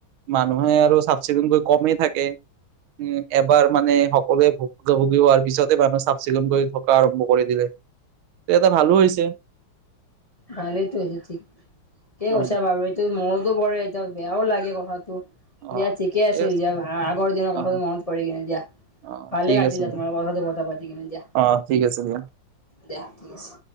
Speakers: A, on the right; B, on the left.
A: মানুহে আৰু চাফ- চিকুণকৈ কমেই থাকে। উম এবাৰ মানে সকলোৱে ভো ভুগিব হোৱাৰ পিছতে মানুহ চাফ -চিকুনকৈ থকা আৰম্ভ কৰে। দিলে, তে এটা ভালো হৈছে।
B: ভালেইটো হৈছে, ঠিক কি
A: অ,
B: কৈছা বাৰু এইটো মইও টো কৰে, এতিয়া বেয়াও লাগে কথাটো।
A: অ,
B: দিয়া ঠিকে আছিল
A: আছে।
B: দিয়া আগৰ দিনৰ
A: অ,
B: কথা মনত পৰি কিনে দিয়া।
A: অ,
B: ভালে
A: ঠিক
B: লাগিলে
A: আছে দিয়া।
B: তোমাৰ লগত কথা পাতি কেনে দিয়া।
A: অ, ঠিক আছে দিয়া।
B: দেহা ঠিক আছে।